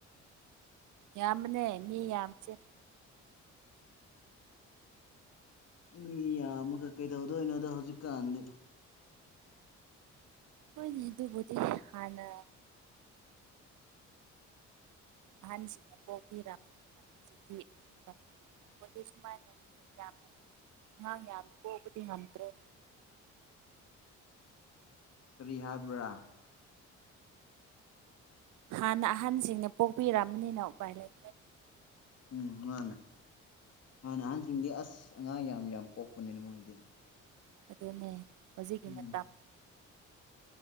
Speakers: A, on the right; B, on the left.
A: ꯌꯥꯝꯕꯅꯦ ꯃꯤ ꯌꯥꯝꯁꯦ
B: ꯃꯤ ꯌꯥꯝꯃꯒ ꯀꯩꯗꯧꯗꯣꯏꯅꯣꯗ ꯍꯧꯖꯤꯛꯀꯥꯟꯗꯤ
A: ꯍꯣꯏꯅꯦ ꯑꯗꯨꯕꯨꯗꯤ ꯍꯥꯟꯅ ꯑꯍꯟꯁꯤꯡꯅ ꯄꯣꯛꯄꯤꯔꯛ <unintelligible> ꯃꯣꯏꯗꯤ ꯁꯨꯃꯥꯏꯅ ꯌꯥꯝ ꯑꯉꯥꯡ ꯌꯥꯝ ꯄꯣꯛꯄꯗꯤ ꯉꯝꯗ꯭ꯔꯦ
B: ꯀꯔꯤ ꯍꯥꯏꯕ꯭ꯔꯥ
A: ꯍꯥꯟꯅ ꯑꯍꯟꯁꯤꯡꯅ ꯄꯣꯛꯄꯤꯔꯝꯕꯅꯤꯅ ꯎꯄꯥꯏ ꯂꯩ
B: ꯎꯝ ꯃꯟꯅꯦ ꯍꯥꯟꯅ ꯑꯍꯟꯁꯤꯡꯗꯤ ꯑꯁ ꯑꯉꯥꯡ ꯌꯥꯝ ꯌꯥꯝ ꯄꯣꯛꯄꯅꯦꯅ ꯃꯣꯏꯗꯤ
A: ꯑꯗꯨꯅꯦ ꯍꯧꯖꯤꯛꯀꯤ
B: ꯎꯝ
A: ꯃꯇꯝ